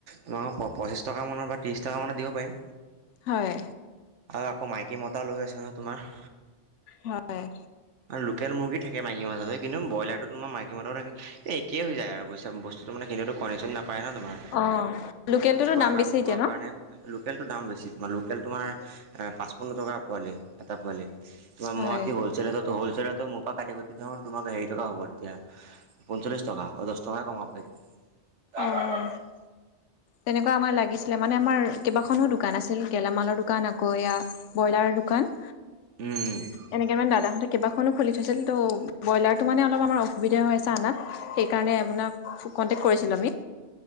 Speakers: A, on the right (about 80°); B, on the left (about 85°).
A: তোমোক পঁচিছ টকা মানৰ পৰা ত্ৰিছ টকামানত দিব পাৰিম।
B: হয়!
A: আৰু আকৌ, মাইকী, মতা লৈ আছে ন' তোমাৰ।
B: হয়!
A: আৰু লোকেল মুৰ্গী থাকে, মাইকী মাজতে। কিন্তু, ব্ৰইলাৰটো তোমাৰ, মাইকী সিমানতো থাকে। এ, একেইে হৈ যায় আৰু বুইছ। বস্তু তাৰ মানে, সেইটোতো কণী-চণী নাপায় ন' তোমাৰ।
B: অ লোকেলটোতো
A: খোৱাৰ
B: দাম বেছি এতিয়া ন
A: কাৰণে পোহে। লোকেলটোৰ দাম বেছি। তোমাৰ, লোকেল তোমাৰ, পাঁচপন্ন টকা পোৱালি। এটা পোৱালিত। তোমাৰ,
B: হয়
A: মই হলচেলত, হোলচেলতো মোৰ পৰা, কাটি-কুটি তোমাক হেৰি টকা হ'ব, তেতিয়া। পঞ্চলিছ টকা, পঞ্চাচ টকাহে কমাব পাৰিম। <unintelligible>
B: অ তেনেকুৱা, আমাৰ লাগিছিলে। মানে, আমাৰ কেইবাখনো দোকান আছিল। গেলামালৰ দোকান, আকৌ এয়া ব্ৰইলাৰৰ দোকান।
A: উম! উম!
B: এনেকে মানে, দাদাহঁতে কেইবাখনো খুলি থৈছিল। ত' ব্ৰইলাৰটো মানে, অলপ আমাৰ অসুবিধা হৈছে। <unintelligible> সেইকাৰণে, আপোনাক কণ্টেক্ট কৰিছিলোঁ, আমি।